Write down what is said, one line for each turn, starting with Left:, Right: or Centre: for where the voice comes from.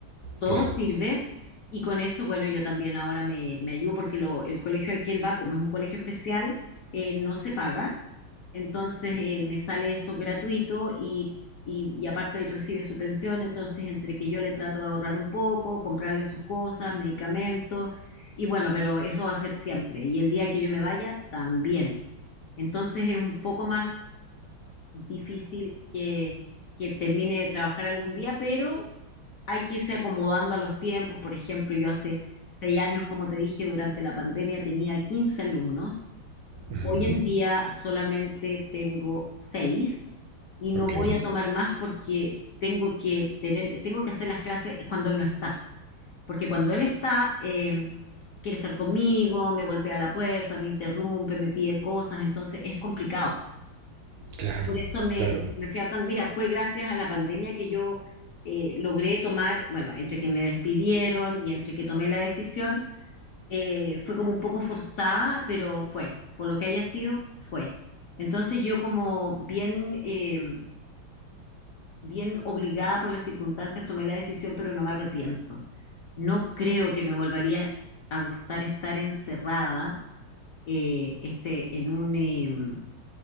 Left: todo
Right: claro.
Left: sirve. Y con eso, bueno, yo también ahora me, me ayudo porque lo- el colegio al que él va, como es un colegio especial, eh, no se paga. Entonces eh, me sale eso gratuito y, y- y aparte él recibe su pensión. Entonces entre que yo le trato de ahorrar un poco, comprarle sus cosas, medicamentos. Y bueno, pero eso va a ser siempre. Y el día que yo me vaya, también. Entonces es un poco más difícil que, que termine de trabajar algún día, pero hay que irse acomodando a los tiempos. Por ejemplo, yo hace seis años, como te dije, durante la pandemia tenía 15 alumnos.
Right: Ujú,
Left: Hoy en día solamente tengo seis y no
Right: Ok.
Left: voy a tomar más porque tengo que tener, tengo que hacer las clases cuando él no está. Porque cuando él está, eh, quiere estar conmigo, me golpea la puerta, me interrumpe, me pide cosas, entonces es complicado.
Right: Claro,
Left: Por eso me,
Right: claro.
Left: me fui adaptando. Mira, fue gracias a la pandemia que yo eh, logré tomar, bueno, entre que me despidieron y entre que tomé la decisión, eh, fue como un poco forzada, pero fue. Por lo que haya sido, fue. Entonces yo como bien, eh, bien obligada por las circunstancias tomé la decisión, pero no me arrepiento. No creo que me volvería a gustar estar encerrada eh, este, en un... em,